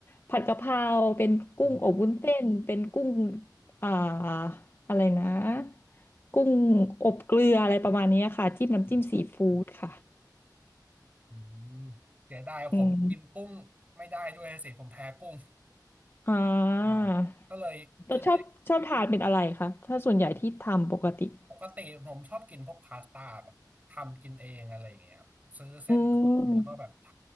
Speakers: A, on the left; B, on the right.
A: ผัดกะเพราเป็นกุ้งอบวุ้นเส้นเป็นกุ้ง
B: อืม
A: อ่าอะไรนะกุ้งอบเกลืออะไรประมาณนี้ค่ะจิ้มน้ำจิ้มซีฟู้ดค่ะ
B: อืมอืมเสียดายผมกินกุ้งไม่ได้ด้วยสิผมแพ้กุ้ง
A: อืมอ่า
B: อ่าก็เลยกินได้
A: เราชอบชอบทานเป็นอะไรคะถ้าส่วนใหญ่ที่ทำปกติ
B: ปกติผมชอบกินพวกพาสต้าแบบทำกินเองอะไรอย่างเงี้ยซื้อเส้นมาต้มแล้วก็แบบท
A: อืม